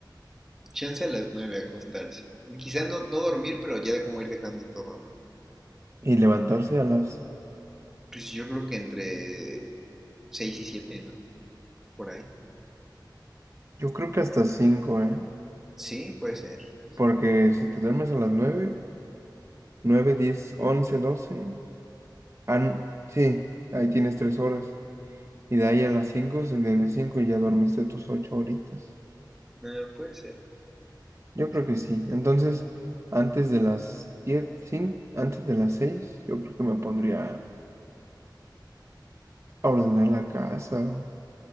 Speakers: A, in the centre; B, on the right.
A: Chance a las 9 acostarse. Quizás no, no dormir, pero ya como ir dejando todo, ¿no?
B: Y levantarse a las,
A: Pues yo creo que entre seis y siete ¿no? Por ahí.
B: yo creo que hasta cinco ¿eh?
A: Sí, puede ser, puede ser.
B: Porque si te duermes a las nueve nueve diez once doce ah, n- sí, ahí tienes 3 horas. Y de ahí a las 5, se- de las 5 ya dormiste tus 8 horitas.
A: Ah, puede ser,
B: Yo
A: puede
B: creo
A: ser.
B: que sí. Entonces, antes de las diez, cin- antes de las seis, yo creo que me pondría a ordenar la casa o,